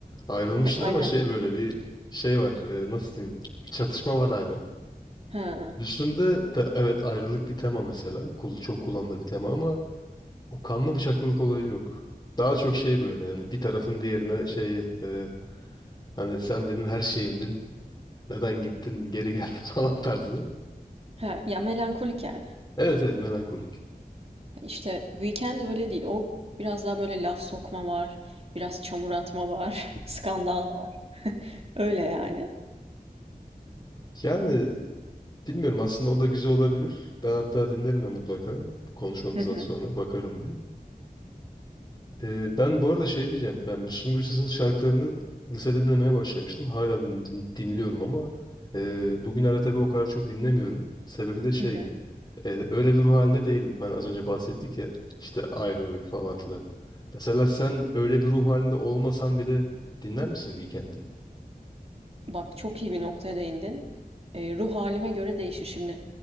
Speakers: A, on the left; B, on the right.
A: Ayrılmışlar
B: <laughs> Aynen.
A: ama şey böyle bir şey var. e, nasıl diyeyim? Çatışma var hala.
B: Ha.
A: Müslüm'de de evet ayrılık bir tema mesela. Kul- Çok kullanılan bir tema ama o kanlı bıçaklılık olayı yok. Daha çok şey böyle hani bir tarafın diğerine şey e, hani sen benim her şeyimdin. Neden gittin geri geldin <laughs> falan tarzı.
B: Ha, ya melankolik yani.
A: Evet evet melankolik.
B: İşte Weekend öyle değil. O biraz daha böyle laf sokma var, biraz çamur atma var, <laughs> skandal var. <laughs> Öyle yani.
A: Yani bilmiyorum aslında o da güzel olabilir. Ben hatta dinlerim de mutlaka. Konuşmamızdan
B: <laughs> Hı hı.
A: sonra bakarım bir. Ee, ben bu arada şey diyeceğim. Ben Müslüm Gürses'in şarkılarını lisede dinlemeye başlamıştım. Hala din- din- dinliyorum ama e, bugünlerde tabii o kadar çok dinlemiyorum. Sebebi de şey.
B: Hı
A: e, öyle bir ruh halinde değilim. Hani az önce bahsettik ya. işte ayrılık falan filan. Mesela sen öyle bir ruh halinde olmasan bile dinler misin Weekend'i?
B: Bak çok iyi bir noktaya değindin. Eee, ruh halime göre değişir. Şimdi